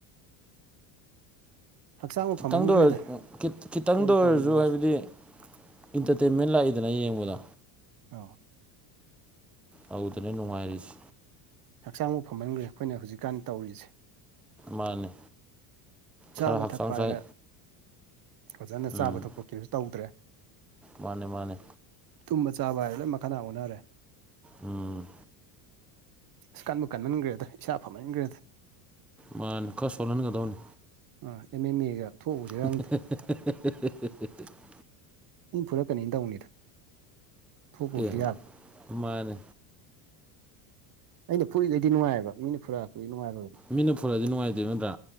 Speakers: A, on the right (about 45°); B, in the centre.
A: ꯍꯛꯆꯥꯡꯕꯨ
B: ꯈꯤꯇꯪꯗ
A: ꯐꯝꯍꯟꯈ꯭ꯔꯦꯗ
B: ꯑꯣꯏꯔꯖꯨ <unintelligible> ꯈꯤꯇꯪꯗ
A: ꯑꯩꯈꯣꯏꯅ
B: ꯑꯣꯏꯔꯖꯨ
A: ꯇꯧꯔꯤ ꯃꯑꯣꯡꯁꯦ
B: ꯍꯥꯏꯕꯗꯤ ꯏꯟꯇꯔꯇꯦꯟꯃꯦꯟ ꯂꯥꯛꯏꯗꯅ ꯌꯦꯡꯕꯗ
A: ꯑꯣ
B: ꯑꯗꯨꯗꯅꯦ ꯅꯨꯡꯉꯥꯏꯔꯤꯁꯦ
A: ꯍꯛꯆꯥꯡꯕꯨ ꯐꯃꯟꯈ꯭ꯔꯦ ꯑꯩꯈꯣꯏꯅ ꯍꯧꯖꯤꯛꯀꯥꯟ ꯇꯧꯔꯤꯁꯦ
B: ꯃꯥꯅꯦ
A: ꯆꯥꯕ
B: ꯈꯔ ꯍꯛꯆꯥꯡ
A: ꯊꯛꯄ
B: ꯁꯥꯏ
A: ꯍꯥꯏꯔꯦ ꯐꯖꯅ
B: ꯎꯝ
A: ꯆꯥꯕ ꯊꯛꯄ ꯀ꯭ꯔꯤꯁꯨ ꯇꯧꯗ꯭ꯔꯦ
B: ꯃꯥꯅꯦ ꯃꯥꯅꯦ
A: ꯇꯨꯝꯕ ꯆꯥꯕ ꯍꯥꯏꯔꯦ ꯂꯣꯏ ꯃꯈꯗꯥꯡ ꯑꯣꯟꯅꯔꯦ
B: ꯎꯝ
A: ꯑꯁ ꯀꯟꯕꯨ ꯀꯟꯃꯟꯒ꯭ꯔꯦꯗ ꯏꯁꯥ ꯐꯃꯟꯒ꯭ꯔꯦꯗ
B: ꯃꯥꯅ‌ꯦ ꯈꯔ ꯁꯣꯜꯍꯟꯒꯗꯧꯅꯤ
A: ꯑ ꯑꯦꯝ ꯑꯦꯟ ꯑꯦꯒ ꯊꯣꯛꯎꯁꯤꯔ
B: <unintelligible>
A: ꯈꯪꯗꯦ ꯃꯤ ꯐꯨꯔꯛꯀꯅꯤꯅ ꯇꯧꯅꯤꯗ ꯊꯣꯛꯄꯕꯨꯗꯤ
B: ꯑꯦ
A: ꯌꯥꯕ
B: ꯃꯥꯅꯦ
A: ꯑꯩꯅ ꯐꯨꯔꯤꯉꯩꯗꯤ ꯉꯨꯉꯥꯏꯌꯦꯕ ꯃꯤꯅ ꯐꯨꯔꯛꯑꯗꯤ ꯑꯩ ꯅꯨꯡꯉꯥꯏꯔꯣꯏꯕ
B: ꯃꯤꯅ ꯐꯨꯨꯔꯛꯑꯗꯤ ꯅꯨꯡꯉꯥꯏꯇꯦꯕ ꯅꯠꯇ꯭ꯔꯥ